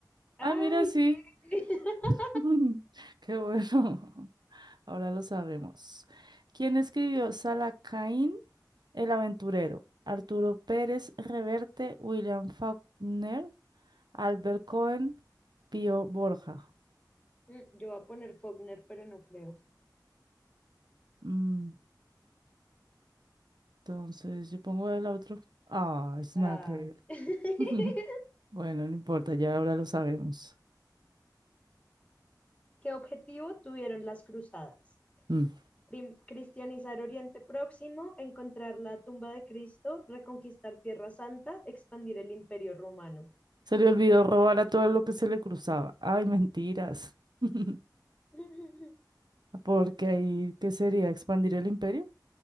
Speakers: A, on the left (about 20°); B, on the right (about 70°).
A: ¡Ay,
B: Ah, mira, sí.
A: sí! <laughs>
B: <laughs> Qué bueno. <laughs> Ahora lo sabemos. ¿Quién escribió Salacaín, el aventurero? Arturo Pérez Reverte, William Faulkner, Albert Cohen, Pío Borja.
A: Mm, Yo voy a poner Faulkner, pero no creo.
B: Mm, entonces, yo pongo el otro. Ah, es nada
A: Ay.
B: que ver.
A: <laughs>
B: <laughs> Bueno, no importa, ya ahora lo sabemos.
A: ¿Qué objetivo tuvieron las cruzadas?
B: Mm.
A: prim- cristianizar Oriente Próximo, encontrar la tumba de Cristo, reconquistar Tierra Santa, expandir el Imperio Romano.
B: Se le olvidó robar a todo lo que se le cruzaba. Ay, mentiras. <laughs>
A: <laughs>
B: Porque ahí, ¿qué sería? ¿Expandir el imperio?